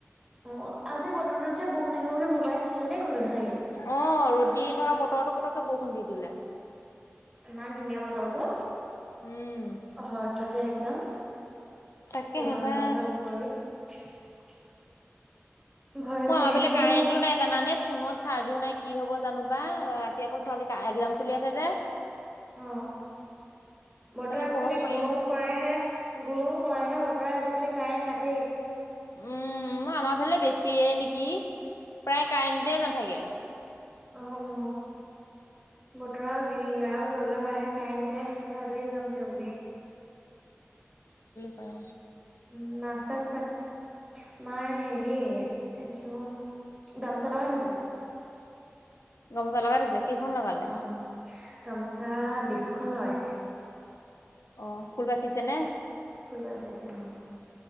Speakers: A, in the centre; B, on the left (about 85°).
A: অ আজি বতৰটোত যে বৰষোন আহিব বুলি ভবাই নাছিলে দেই কোনেও চাগে।
B: অ', ৰ'দ দি থকা বতৰটো পটকে বৰষুণ দি দিলে।
A: ইমান ধুনীয়া বতৰটো!
B: উম
A: হ ঠাতে একদম।
B: তাকেহে
A: কলা-মলা
B: পাই।
A: কৰি <unintelligible> ভয়হে
B: মই
A: লাগে
B: আমাৰ ফালে
A: অ'!
B: কাৰেণ্টো নাই জানানে ফোনত চাৰ্জো নাই কি হ'ব জানো বা। ৰাতি আকৌ ছোৱালী এক্জাম চলি আছে যে
A: অহ। বতৰ
B: তাকে
A: আজিকালি
B: পঢ়াব পাৰিম
A: গৰুং কৰেহে, গৰুং কৰেহে বতৰে আজিকালি কাৰেণ্ট কাটে।
B: উম আমাৰ ফালে বেছিয়ে নেকি প্ৰায় কাৰেণ্টে নাথাকে
A: অ অ বতৰ গৰিং গৰাং কৰিবলৈ পাই আহে কাৰেণ্ ভাবেেই যাওঁগে বুলি
B: অ
A: উম মাছ চাছ পাইছ মা হেৰি এইটো লগাই থৈছে
B: গামোচা লগাই দিছে কখন লগ গালে
A: অ গামোচা বিখন লগাইছে
B: অ ফুল বাচিছে নে
A: ফুল বাজিছে অ